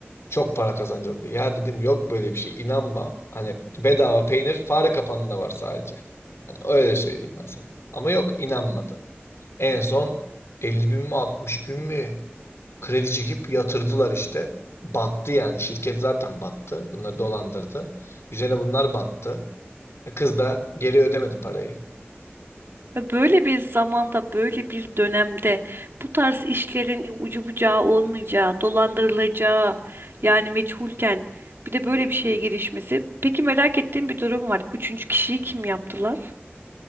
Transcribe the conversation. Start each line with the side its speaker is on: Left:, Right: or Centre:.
Left: Çok para kazanacağız diyor. Ya dedim yok böyle bir şey. İnanma. Hani bedava peynir fare kapanında var sadece. Hani öyle söyleyeyim ben sana. Ama yok inanmadı. En son elli bin mi altmış bin mi kredi çekip yatırdılar işte. Battı yani. Şirket zaten battı. Bunları dolandırdı. Üzerine bunlar battı. E, Kız da geri ödemedi parayı.
Right: Ve Böyle bir zamanda, böyle bir dönemde bu tarz işlerin ucu bucağı olmayacağı, dolandırılacağı yani meçhulken bir de böyle bir şeye girişmesi. Peki merak ettiğim bir durum var. Üçüncü kişiyi kim yaptılar?